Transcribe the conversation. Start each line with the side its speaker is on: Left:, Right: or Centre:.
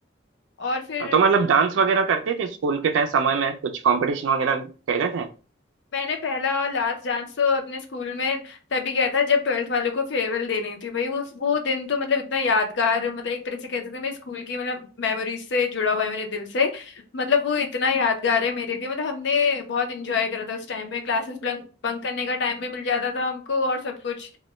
Left: और फिर
Right: हाँ, तो मतलब डांस
Left: हाँ
Right: वगैरह करते थे स्कूल के टाइम समय में कुछ कंपटीशन वगैरह कह रहे थे
Left: मैंने पहला और लास्ट डांस तो अपने स्कूल में तभी किया था जब ट्वेल्थ वालों को फेयरवेल देनी थी भाई उस वो दिन तो मतलब इतना यादगार मतलब एक तरह से कह सकते हैं मेरे स्कूल की मतलब मेमोरीज से जुड़ा हुआ है मेरे दिल से मतलब वो इतना यादगार है मेरे लिए मतलब हमने बहुत इंजॉय करा था उस टाइम में क्लासेस बंक बंक करने का टाइम भी मिल जाता था हमको और सब कुछ